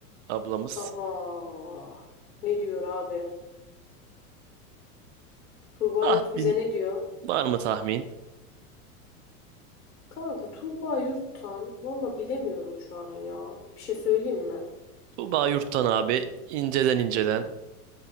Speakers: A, on the right; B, on the left.
A: ablamız.
B: Aha. Ne diyor abi? Tuğba
A: Tahmin
B: Yurt bize ne diyor?
A: var mı tahmin?
B: Kanka Tuğba Yurt'tan valla bilemiyorum şu an ya. Bir şey söyleyeyim mi?
A: Tuğba Yurt'tan abi inceden inceden.